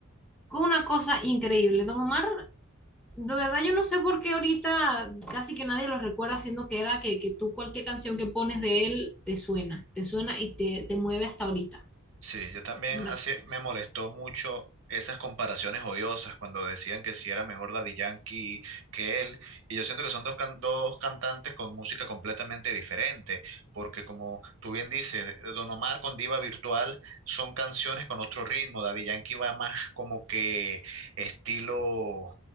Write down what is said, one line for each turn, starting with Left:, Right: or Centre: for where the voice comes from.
Centre: una cosa increíble. Don Omar de verdad yo no sé por qué ahorita casi que nadie lo recuerda, siendo que era que, que tú cualquier canción que pones de él te suena, te suena y te, te mueve hasta ahorita.
Right: Sí, yo también
Centre: Es una
Right: así
Centre: cosa.
Right: me molestó mucho esas comparaciones odiosas cuando decían que si era mejor Daddy Yankee que él. Y yo siento que son dos, can- dos cantantes con música completamente diferente, porque como tú bien dices, Don Omar con Diva Virtual son canciones con otro ritmo. Daddy Yankee va más como que estilo,